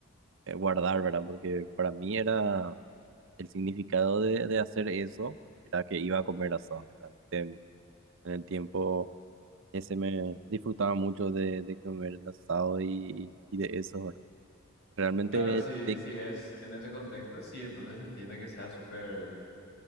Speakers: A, on the right (about 65°); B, on the left (about 55°).
A: eh, guardar, ¿verdad? Porque para mí era el significado de, de hacer eso, era que iba a comer asado. y Realmente en, en el tiempo ese me disfrutaba mucho de, de comer el asado y, y de eso, ¿verdad? Realmente,
B: Claro, si,
A: te-
B: si es en ese contexto, sí, entonces se entiende que sea súper